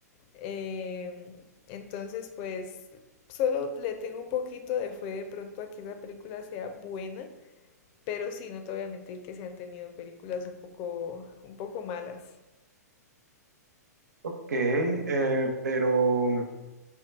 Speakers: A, on the left; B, on the right.
A: eh, entonces, pues solo le tengo un poquito de fe de pronto a que esa película sea buena, pero sí, no te voy a mentir que se han tenido películas un poco, un poco malas.
B: Ok, eh, pero